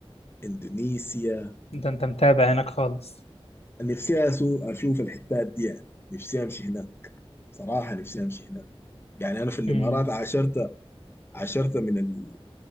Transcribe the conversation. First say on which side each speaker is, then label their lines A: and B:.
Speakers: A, on the left; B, on the left.
A: إندونيسيا
B: ده انت متابع هناك خالص
A: نفسي أسو- أشوف الحتات دي يعني نفسي أمشي هناك صراحة نفسي أمشي هناك يعني أنا في الإمارات
B: امم
A: عاشرت عشرة من ال...